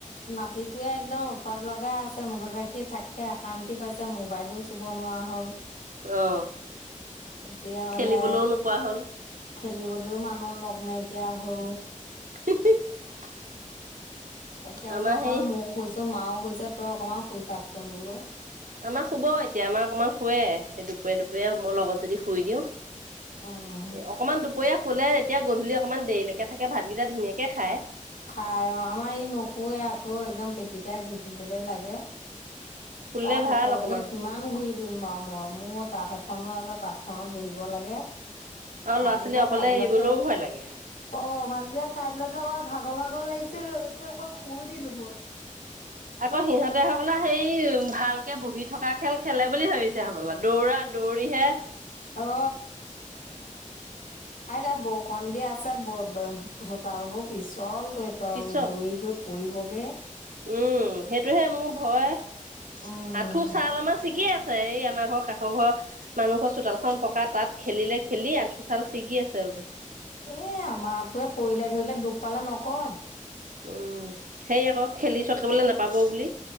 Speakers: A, on the left; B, on the right.
A: মাটিটয়ে একদম উৎপাৰ লগ লগা আছে মুঠত ৰাখি থাককে অশান্তি পাইছে মোবাইলোও চুব নোৱাৰা হল। -এতিয়া
B: অ খেলিবলৈও
A: মানে
B: নোপোৱা হ'ল
A: খেলিবলৈও মানুহ লগ নাইকিয়া হ'ল।
B: <unintelligible>
A: তাকে বোলো
B: আমাৰ
A: অকণমান
B: সেই
A: মোকো শুইছো মাও শুইছছে তই অকণমান শুই থাককচোন বোলো।
B: আমাক শুব এতিয়া আমাৰ অকমান শুুৱে দুপৰীয়া দুপৰীয়া মই লগত যদি শুই দিওঁ,
A: উম
B: এ অকমান দু য়াস হলে তেতিয়া গধূলি অকণমান দেৰিলৈকে থাকে ভাতকেইটা ধুনীয়াকে খায়।
A: খাই অ আমাৰ ই নকোৱে আকৌ একদম পেটপিটাই ঘূৰিপিবলে লাগে।
B: শুলে
A: তাৰ পুকৰা
B: ভাল অকমান
A: পুোকৰে কিমান ঘূৰি ফুৰা বাৰু মই, মোৰ তাঁত এখনো আছে তাঁতখনত বহিব লাগে।
B: আৰু
A: ভাতকেইটা
B: ল'ৰা ছোৱালী অকলে
A: খাই লতে
B: এৰিবলৈও ভয় লাগে
A: অ ভাতকেইটা খাই লতে ক, ভাগৰ ভাগৰ লাগিছে গতিকে ক শুই দিলো মই,
B: আকৌ সিহঁতে হবলা সেই ভালকে বহি থকা খেল খেলে বুলি ভাবিছে হবলা দৌৰা দৌৰী হে
A: অ আতিয়া বৰষুণ দিিয় আছে ব চোতাল বোৰ পিছল। আৰু
B: পিছত
A: দৌৰি গৈ পৰিবগৈ,
B: উম সেইটোহে মোৰ ভয়
A: উম
B: আঁঠু ছাল আমাৰ ছিগি আছে, আ এই আমাৰ ঘৰ কাষৰ ঘৰ মানুহ ঘৰ চোতালখন পকা তাত খেলিলে খেলি আঁঠোচাল ছিগি আছে বহু,
A: এ আমাৰটোৱে পৰিলে ধৰিলে দুখ পালে নকয়।
B: উম সেই আকৌ খেলি থাকিবলৈ নাপাব বুলি।